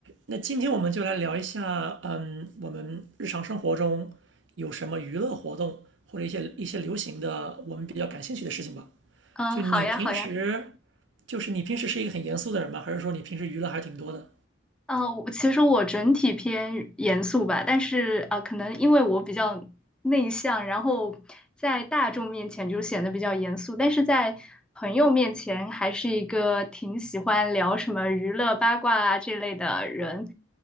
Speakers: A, on the right; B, in the centre.
A: 那今天我们就来聊一下，嗯，我们日常生活中有什么娱乐活动，或者一些一些流行的，我们比较感兴趣的事情吧。
B: 嗯，
A: 就你平时，
B: 好呀，好嗯呀。
A: 就是你平时是一个很严肃的人吗？还是说你平时娱乐还挺多的
B: 嗯，我其实我整体偏严肃吧，但是啊，呃可能因为我比较内向，然后在大众面前就显得比较严肃，但是在朋友面前还是一个挺喜欢聊什么娱乐八卦啊这类的人。